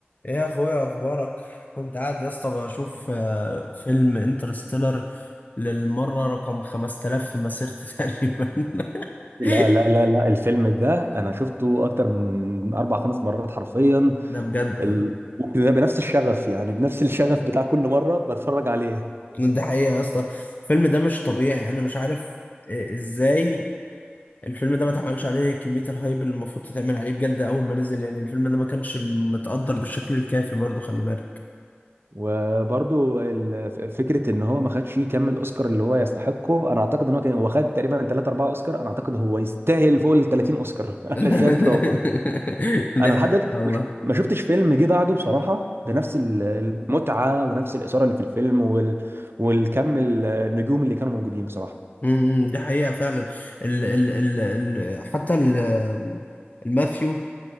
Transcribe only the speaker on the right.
لا لا لا لا الفيلم ده انا شفته اكتر من اربع خمس مرات حرفيا
ال... وكده بنفس الشغف يعني بنفس الشغف بتاع كل مره بتفرج عليه
وبرضو ال- فكره ان هو ما خدش كم الاوسكار اللي هو يستحقه انا اعتقد ان هو كان هو خد تقريبا 3 4 اوسكار انا اعتقد هو يستاهل فوق ال 30 اوسكار <laughs> انا
شايف كده والله
انا
لحد دلوقتي
ما ش- ما شفتش فيلم جه بعده بصراحه بنفس ال- المتعه ونفس الاثاره اللي في الفيلم وال... والكم النجوم اللي كانوا موجودين بصراحه